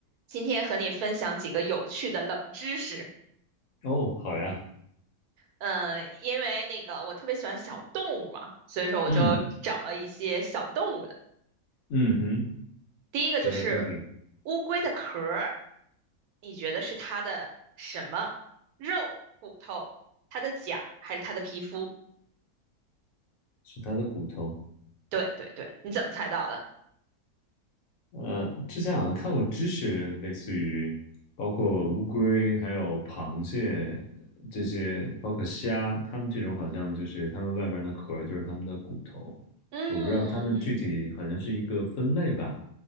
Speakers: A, on the right; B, on the left.
A: 今天和你分享几个有趣的冷知识。
B: 哦，好呀，
A: 嗯，因为那个我特别喜欢小动物嘛，所以说我就找了一些小动物的。
B: 嗯嗯哼，
A: 第一个就是
B: 说来听听，
A: 乌龟的壳儿，你觉得是它的什么？肉、骨头、它的甲还是它的皮肤？
B: 是它的骨头。
A: 对对对，你怎么猜到的？
B: 呃，之前好像看过知识，类似于包括乌龟、还有螃蟹这些，包括虾，它们这种好像就是它们外边的壳就是它们的骨头。
A: 嗯，
B: 我不知道它们具体好像是一个分类吧。